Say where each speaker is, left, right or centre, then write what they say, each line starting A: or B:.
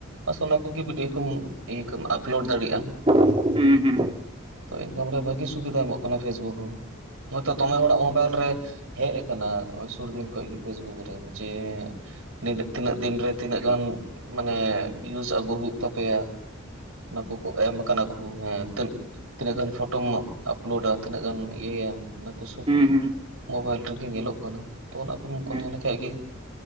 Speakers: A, on the right; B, on the right.
A: ᱟᱥᱚᱞ ᱚᱱᱟ ᱠᱚᱜᱮ ᱵᱷᱤᱰᱭᱳ ᱠᱚᱢ ᱤᱭᱟᱹ ᱟᱯᱞᱳᱰ ᱫᱟᱲᱮᱭᱟᱜᱼᱟ ᱾
B: ᱦᱩᱸ ᱦᱩᱸᱻ
A: ᱛᱚ ᱤᱱᱠᱟᱢ ᱨᱮ ᱵᱷᱟᱹᱜᱤ ᱥᱩᱵᱤᱫᱷᱟᱭ ᱮᱢᱚᱜ ᱠᱟᱱᱟ ᱯᱷᱮᱥᱵᱩᱠ ᱦᱚᱸ ᱦᱚᱛᱚ ᱫᱚᱢᱮ ᱦᱚᱲᱟᱜ ᱢᱳᱵᱟᱭᱤᱞ ᱨᱮ ᱦᱮᱡ ᱟᱠᱟᱱᱟ ᱥᱩᱨ ᱫᱤᱱ ᱠᱷᱚᱡ ᱯᱷᱮᱥᱵᱩᱠ ᱨᱮ ᱡᱮ ᱫᱤᱱᱟ ᱛᱤᱱᱟᱹᱜ ᱫᱤᱱ ᱨᱮ ᱛᱤᱱᱟᱹᱜ ᱜᱟᱱ ᱢᱟᱱᱮ ᱵᱷᱤᱭᱩᱥ ᱟᱹᱜᱩ ᱦᱩᱭᱩᱜ ᱛᱟᱯᱮᱭᱟ ᱾ ᱚᱱᱟ ᱠᱚ ᱠᱚ ᱮᱢ ᱟᱠᱟᱱᱟ ᱠᱚ ᱦᱮᱸ ᱛᱤᱱᱟᱹ ᱛᱤᱱᱟᱹᱜ ᱜᱟᱱ ᱯᱷᱚᱴᱳᱚᱢ ᱟᱯᱞᱳᱰ ᱛᱤᱱᱟᱹᱜ ᱛᱤᱱᱟᱹᱜ ᱜᱟᱱ ᱤᱭᱟᱹᱭᱟᱢ ᱚᱱᱟ ᱠᱚ ᱥᱚᱵ
B: ᱦᱩᱸ
A: ᱢᱳᱵᱟᱭᱤᱞ ᱨᱮᱜᱮ ᱧᱮᱞᱚᱜ ᱠᱟᱱᱟ᱾ ᱛᱚ ᱚᱱᱟᱠᱚᱢ
B: ᱦᱩᱸ
A: ᱠᱚᱨᱟᱣ ᱞᱮᱠᱷᱟᱡ ᱜᱮ